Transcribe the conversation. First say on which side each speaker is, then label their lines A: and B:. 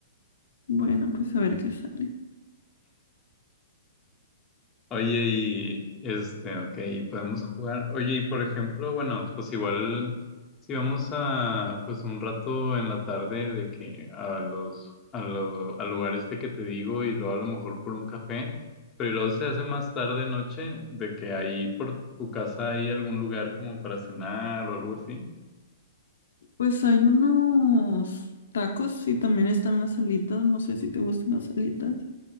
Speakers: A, on the left; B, on the left.
A: Bueno, pues a ver qué sale.
B: Oye, y este, ok, podemos jugar. Oye, y por ejemplo, bueno, pues igual si vamos a, pues un rato en la tarde de que a los, a lo- al lugar este que te digo y luego a lo mejor por un café, pero luego se hace más tarde noche de que ahí por tu casa hay algún lugar como para cenar o algo así.
A: Pues hay unos tacos y también están las alitas. No sé si te gustan las alitas.